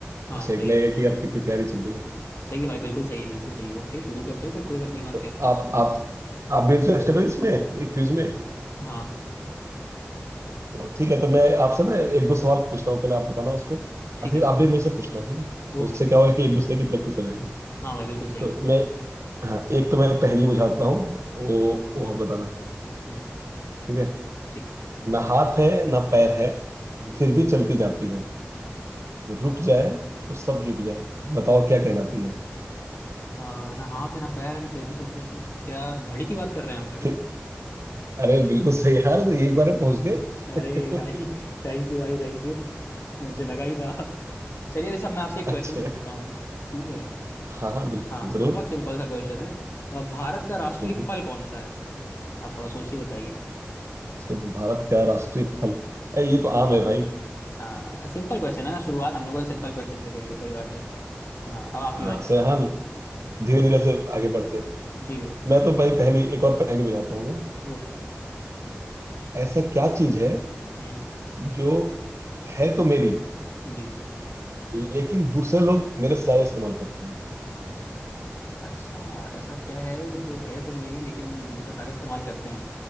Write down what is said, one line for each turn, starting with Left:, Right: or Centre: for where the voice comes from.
Left: हाँ
Right: उससे
Left: सही
Right: एक लगेगा
Left: है
Right: कि यार कितनी तैयारी चल रही है
Left: सही है भाई बिल्कुल सही है बिल्कुल सही है ओके शुरू करते हैं फिर क्विज अपनी और
Right: तो
Left: क्या
Right: आप आप आप भी इंटरेस्टेड हो इसमें क्विज में
Left: हाँ
Right: तो ठीक है तो मैं आपसे ना एक दो सवाल पूछता हूँ पहले आप बताना उसको
Left: ठीक
Right: और फिर
Left: है भाई
Right: आप भी मुझसे पूछना है ना तो
Left: ओके
Right: उससे
Left: ओके,
Right: क्या
Left: ठीक।
Right: होगा कि एक दूसरे की प्रैक्टिस हो जाएगी
Left: हाँ भाई बिल्कुल सही
Right: तो
Left: है
Right: मैं हाँ एक तो मैं पहली बुझाता हूँ वो वो आप बताना
Left: हम्म,
Right: ठीक है
Left: ठीक
Right: ना हाथ है ना पैर है
Left: हम्म
Right: फिर भी चलती जाती है रुक
Left: ठीक।
Right: जाए तो सब रुक जाए बताओ क्या कहलाती है
Left: अ, ना हाथ है ना पैर है ना फिर भी चलती जाती है क्या घड़ी की बात कर रहे हैं आप घड़ी
Right: फिर अरे बिल्कुल सही यार तो एक बार में पहुंच गए
Left: अरे भाई
Right: <laughs>
Left: <laughs> थैंक यू भाई थैंक यू मुझे लगा ही था चलिए वैसे अब मैं आपसे एक क्वेश्चन
Right: अच्छा
Left: पूछता हूँ ठीक है
Right: हाँ हाँ बिल्कुल
Left: हाँ
Right: जरूर
Left: बहुत सिंपल सा क्वेश्चन है अ, भारत का राष्ट्रीय
Right: हम्म।
Left: फल कौन सा है आप थोड़ा सोचिए बताइए
Right: से भारत का राष्ट्रीय फल अरे ये तो आम है भाई
Left: हाँ सिंपल क्वेश्चन है ना शुरुआत हम लोगों ने सिंपल क्वेश्चन से करी है सही बात है हाँ अब आपकी
Right: हाँ
Left: बारी
Right: सर हाँ धीरे धीरे से आगे बढ़ते हैं
Left: जी
Right: मैं तो भाई पहली एक और पहेली बुझाता हूँ मैं
Left: ओके
Right: ऐसा क्या चीज है
Left: हम्म
Right: जो है तो मेरी
Left: जी
Right: लेकिन दूसरे लोग मेरे से ज्यादा इस्तेमाल करते हैं
Left: अच्छा ऐसा क्या है जो है तो मेरी लेकिन दूसरे सारे इस्तेमाल करते हैं